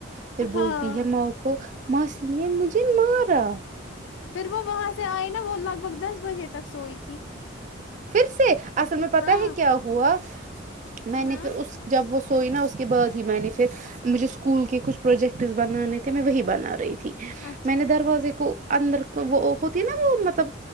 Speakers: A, on the right (about 40°); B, on the left (about 70°).
A: پھر بولتی
B: ہاں
A: ہے ماں کو ماسی نے مجھے مارا
B: پھر وہ وہاں سے آئے نا وہ لگ بھگ دس بجے تک سوئی تھی
A: پھر سے اصل میں پتا
B: ہاں
A: ہے کیا ہوا میں نے
B: ہاں
A: پھر اس جب وہ سوئی نا اس کے بعد ہی میں نے پھر مجھے اسکول کے کچھ پروجیکٹس بنانے تھے میں وہی بنا رہی تھی
B: اچھا
A: میں نے دروازے کو اندر وہ ہوتی نا وہ مطلب